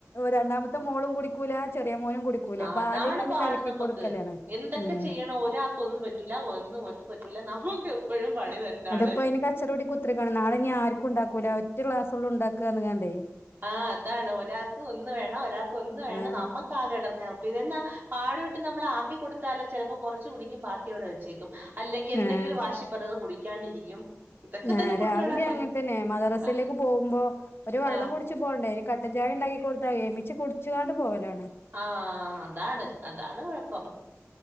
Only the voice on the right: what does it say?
ആ,
അതാണ് പാട്
നമുക്ക്
എന്തൊക്കെ
ചെയ്യണം ഒരാൾക്ക് ഒന്ന് പറ്റൂല്ല ഒന്നും ഒട്ടും പറ്റൂല നമ്മക്ക് എപ്പഴും പണി തന്നാണ്
ആഹ്‌ അതാണ് ഒരാക്ക് ഒന്ന് വേണം ഒരാൾക്ക് ഒന്ന് വേണം
നമ്മക്ക് നമ്മക് ആകെ എടങ്ങേറാണ് ഇപ്പൊ ഇതെന്നെ പാടുപെട്ട് നമ്മൾ ആക്കി കൊടുത്താല് ചെലപ്പോ കുറച് കുടിക്കും ബാക്കിയവിടെ വച്ചേക്കും അല്ലെങ്കി എന്തെങ്കിലും
വാശിപ്പറഞ്ഞത് കുടിക്കാണ്ടിരിക്കും ഇതൊക്കെ
തന്നെ
കുട്ടിയുടെ കാര്യം
ആ
ആ
ആഹ് അതാണ് അതാണ് കൊഴപ്പം